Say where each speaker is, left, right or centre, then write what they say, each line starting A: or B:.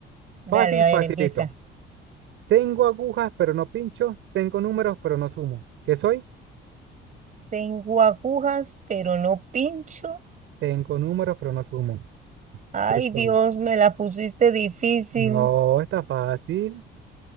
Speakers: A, on the right; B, on the right.
A: dale,
B: fácil,
A: a ver,
B: facilito.
A: empieza.
B: Tengo agujas, pero no pincho. Tengo números, pero no sumo. ¿Qué soy?
A: Tengo agujas, pero no pincho.
B: Tengo números, pero no sumo.
A: Ay,
B: ¿Qué soy?
A: Dios, me la pusiste difícil.
B: No, está fácil.